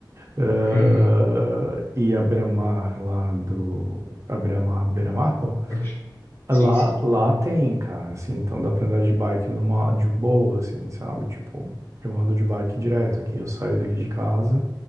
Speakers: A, on the right; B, on the left.
A: Eh,
B: Uhum.
A: e a beira-mar lá do. A beira-mar, beira-mar, pô?
B: Pode. Sim,
A: Lá,
B: sim.
A: lá
B: Uhum.
A: tem, cara, assim, então dá pra andar de bike numa, de boa, assim, sabe? Tipo, eu ando de bike direto aqui, eu saio daqui de casa,